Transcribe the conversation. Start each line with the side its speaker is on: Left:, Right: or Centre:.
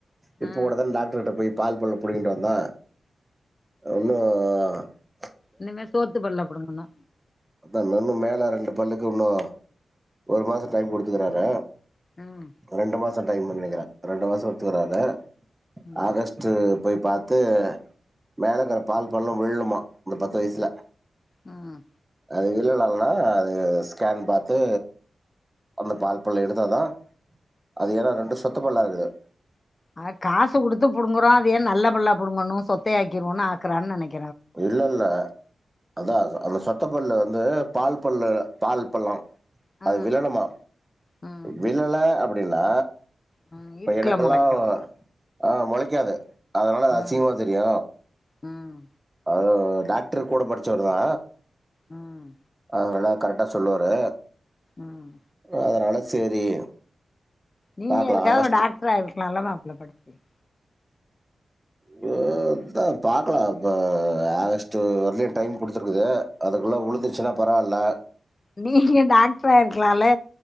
Left: ஆ
Right: இப்போ கூடதான் டாக்டர்கிட்ட போய் பால் பல்ல புடிங்கிட்டு வந்தா ஒன்னு ஆ
Left: இனிமே சோத்து பல்ல புடுங்கணு
Right: அதா இன்னு மேல ரெண்டு பல்லுக்கு உள்ள ஒரு மாச டைம் குடுத்துக்குராறா
Left: ம்
Right: ரெண்டு மாச டைம்ன்னு நெனக்குறே ரெண்டு மாச குடுத்துக்குராறா
Left: ம்
Right: ஆகஸ்ட்டு போய் பாத்து மேலக்குற பால் பல்லு விழுமா இந்த பத்து வயசுல
Left: உம்
Right: அது இல்லலைனா அது ஸ்கேன் பாத்து அந்த பால் பல் எடுத்தா தா அது ஏன்னா ரெண்டு சொத்த பல்லா இருக்குது
Left: அத காசு குடுத்து புடுங்குறோ அத ஏ நல்ல பல்லா புடுங்கணு சொத்தையாக்கிருவோனு ஆக்குறான்னு நெனக்குறே
Right: இல்ல இல்ல அதா அந்த சொ சொத்தப்பல்லு வந்து பால்பல்லு பால் பல்லா
Left: அ
Right: அது விளலனுமா
Left: ம்
Right: விளல அப்டி அப்டிங்ளா
Left: ம்
Right: இப்ப
Left: இடுக்குல
Right: எனக்கெல்லா
Left: மொளைக்கு
Right: ஆ மொளைக்காது அதனால
Left: ம்
Right: அசிங்கமா தெரியு
Left: ம்
Right: அவரு டாக்ரு கூட படிச்சவர்தா
Left: உம்
Right: அவரெல்லா கரெக்டா சொல்லுவாரு
Left: ம்
Right: ஆ அதுனால <unintelligible> சேரி
Left: நீங்க
Right: பாக்கலா
Left: அதுக்காக
Right: ஆகஸ்ட்
Left: ஒரு டாக்டர் ஆயிருக்கலால மாப்ள படிச்சு <inaudible>
Right: ய்யோ அத்த பாக்கலா இப்ப ஆகஸ்ட்டு வர்லயு டைம் குடுத்துருக்குது அதுக்குள்ள உழுந்துருச்சுனா பரவால்ல
Left: நீங்க டாக்ரா ஆயிருக்கலால